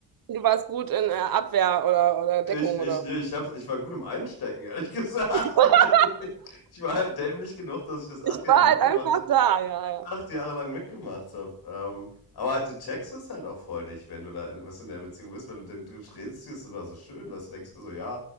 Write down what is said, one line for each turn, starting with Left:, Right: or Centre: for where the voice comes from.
Right: Du warst gut in äh, Abwehr oder, oder
Left: Ich,
Right: Deckung
Left: ich,
Right: oder
Left: nee, ich, hab's, ich war gut im Einstecken, ehrlich gesagt.
Right: was. <laughs>
Left: <laughs> Ich war halt dämlich genug, dass ich das acht
Right: Ich
Left: Jahre
Right: war
Left: mitgemacht
Right: halt einfach
Left: habe.
Right: da, ja, ja.
Left: Acht Jahre lang mitgemacht habe. Ähm, aber halt, du checkst es halt auch voll nicht, wenn du da in, was in der Beziehung bist, wenn du, du redest, ist immer so schön, was du denkst dir so, ja,